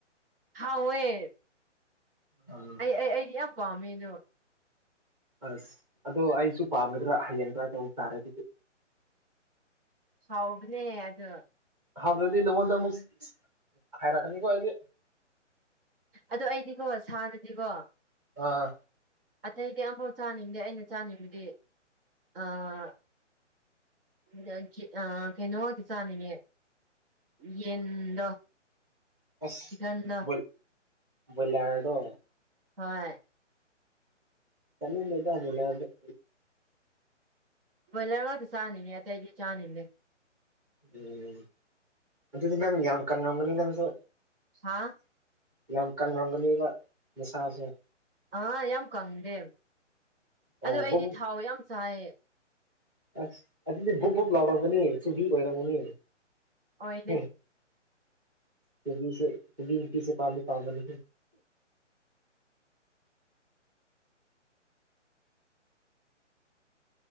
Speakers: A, on the right; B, on the right.
A: ꯍꯥꯎꯋꯦ
B: ꯑꯥ
A: ꯑꯩ ꯑꯩ ꯑꯩꯗꯤ ꯌꯥꯝ ꯄꯥꯝꯃꯦ ꯑꯗꯨ
B: ꯑꯁ ꯑꯗꯣ ꯑꯩꯁꯨ ꯄꯥꯝꯒꯗ꯭ꯔꯥ ꯍꯌꯦꯡ ꯇ꯭ꯔꯥꯏ ꯇꯧꯕ ꯇꯥꯔꯦ ꯑꯗꯨꯗꯤ
A: ꯍꯥꯎꯕꯅꯦ ꯑꯗꯨ
B: ꯍꯥꯎꯇ꯭ꯔꯗꯤ ꯅꯪꯉꯣꯟꯗ ꯑꯃꯨꯛ ꯍꯥꯏꯔꯛꯀꯅꯤꯀꯣ ꯑꯩꯗꯤ
A: ꯑꯗꯣ ꯑꯩꯗꯤꯀꯣ ꯁꯥꯗꯗꯤꯀꯣ
B: ꯑꯥ
A: ꯑꯇꯩꯗꯤ ꯑꯝꯐꯥꯎ ꯆꯥꯅꯤꯡꯗꯦ ꯑꯩꯅ ꯆꯥꯅꯤꯡꯕꯗꯤ ꯑꯥ ꯎꯝ ꯑꯥ ꯖꯤ ꯑꯥ ꯀꯩꯅꯣ ꯉꯥꯛꯇꯤ ꯆꯥꯅꯤꯡꯉꯦ ꯌꯦꯟꯗꯣ
B: ꯑꯁ
A: ꯆꯤꯛꯀꯟꯗꯣ
B: ꯕꯨꯜ ꯕꯨꯜꯂꯔꯗꯣ
A: ꯍꯣꯏ
B: ꯆꯥꯅꯤꯡꯗꯦꯗ ꯕꯣꯏꯂ꯭ꯔꯗꯤ
A: ꯕꯣꯏꯂ꯭ꯔ ꯉꯛꯇ ꯆꯥꯅꯤꯡꯉꯦ ꯑꯇꯩꯗꯤ ꯆꯥꯅꯤꯡꯗꯦ
B: ꯎꯝ ꯑꯗꯨꯗꯤ ꯅꯪ ꯌꯥꯝ ꯀꯪꯔꯝꯒꯅꯤ ꯅꯪꯁꯨ
A: ꯍꯥ
B: ꯌꯥꯝ ꯀꯪꯔꯝꯒꯅꯤꯕ ꯅꯁꯥꯁꯦ
A: ꯑꯥ ꯌꯥꯝ ꯀꯪꯗꯦ
B: ꯑꯣ
A: ꯑꯗꯣ ꯑꯩꯗꯤ
B: ꯕꯨꯞ
A: ꯊꯥꯎ ꯌꯥꯝ ꯆꯥꯏꯌꯦ
B: ꯑꯁ ꯑꯗꯨꯗꯤ ꯕꯨꯞ ꯕꯨꯞ ꯂꯥꯎꯔꯝꯒꯅꯤ ꯆꯨꯕꯤ ꯑꯣꯏꯔꯝꯒꯅꯤ
A: ꯑꯣꯏꯗꯦ
B: ꯍꯦ ꯆꯨꯕꯤꯁꯦ ꯆꯨꯕꯤ ꯅꯨꯄꯤꯁꯦ ꯄꯥꯝꯗꯤ ꯄꯥꯝꯕꯅꯤꯍꯦ